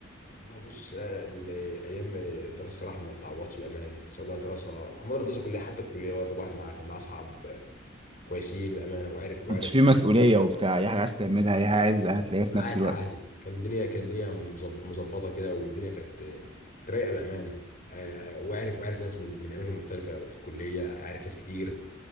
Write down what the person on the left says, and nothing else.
والله بص لا لا، ال- ايام الدراسه صراحه ما تعوضش بامانه سواء بقى دراسه عموما الدراسه كلها حتى الكليه برضه واحد معاه كان معاه اصحاب كويسين بامانه وعرف وعرف
عادي
عادي كان الدنيا كان الدنيا مظب- مظبطه كده والدنيا كانت كانت رايقه بامانه آه، وعارف وعارف ناس من من اماكن مختلفه في الكليه عارف ناس كتير